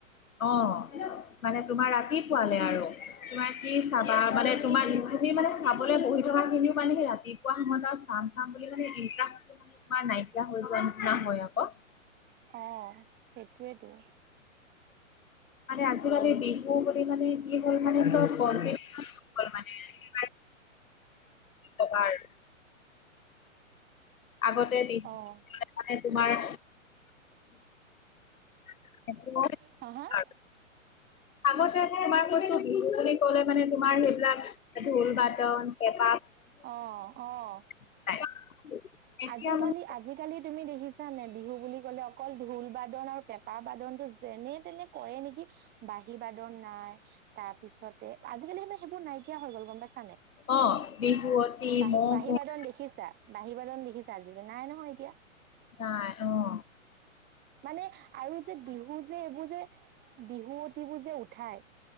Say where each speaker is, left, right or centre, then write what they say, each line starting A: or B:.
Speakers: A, on the left; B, on the right.
A: অ' মানে তোমাৰ ৰাতিপুৱালে আৰু তোমাৰ কি চাবা মানে তোমাৰ তুমি মানে চাবলৈ বহি থকা খিনিও মানে সেই ৰাতিপুৱা সময়ত চাম-চাম বুলি মানে ইণ্টাৰেষ্টটো মানে তোমাৰ না। নাইকিয়া হৈ যোৱা নিচিনা হয় আক'
B: অহ সেইটোৱেতো।
A: মানে আজিকালি বিহু বুলি মানে কি হ'ল মানে চব কম্পিটিছন হৈ গ'ল মানে কি কয়। <unintelligible> আগতে
B: অ',
A: মানে তোমাৰ। <unintelligible>
B: হা হা <unintelligible>
A: আগতে তোমাৰ কৈছো বিহু বুলি কলে মানে তোমাৰ সেইবিলাক ঢোল-বাটন, পেঁ-
B: অঁ অঁ
A: নাই। এতিয়া
B: আজিকালি,
A: মানে
B: আজিকালি তুমি দেখিছা নে। বিহু বুলি ক'লে অকল ঢোল-বাদন আৰু পেঁ- পা বাদনটো যেনে তেনে কৰে নেকি? বাঁহী-বাদন নাই তাৰপিছতে আজি। কালি মানে সেইবোৰ নাইকিয়া হৈ গ'ল গম পাইছে।
A: অ বিহুৱতী
B: বাহী
A: মৌ
B: বাঁহী-বাদন
A: কুঁৱ
B: দেখিছা? বাঁহী-বাদন দেখিছা আজিকালি নাই নহয় এতিয়া।
A: নাই অহ।
B: মানে আৰু যে বিহু যে এইবোৰ যে বিহুৱতিবোৰ যে উঠাই।